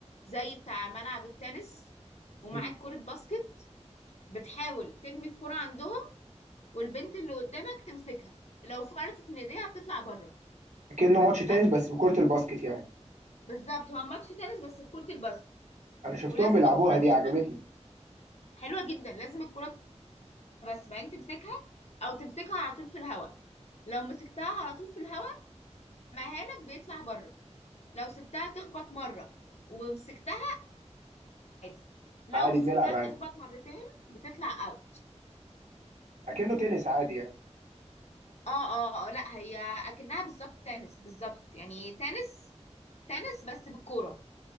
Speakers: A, on the left; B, on the right.
A: زي بتاع ملعب التنس ومعاك
B: مم.
A: كرة باسكت بتحاول ترمي الكرة عندهم والبنت اللي قدامك تمسكها لو فلتت من ايديها بتطلع بره
B: كأنه ماتش تنس
A: بس
B: بس بكره الباسكت يعني
A: بالظبط هو ماتش تنس بس بكرة الباسكت
B: انا شفتهم
A: ولازم
B: بيلعبوها
A: الكرة تخبط
B: دي عجبتني
A: حلوة جدا لازم الكرة بس بعدين تمسكها أو تمسكها على طول في الهواء لو مسكتها على طول في الهواء مهانك بيطلع بره لو سبتها تخبط مرة ومسكتها عادي لو
B: عادي
A: سبتها
B: بنلعب عادي
A: تخبط مرتين بتطلع اوت
B: اكنه تنس عادي يعني
A: اه اه آه، لا هي اكنها بالظبط تنس بالظبط يعني تنس تنس بس بالكورة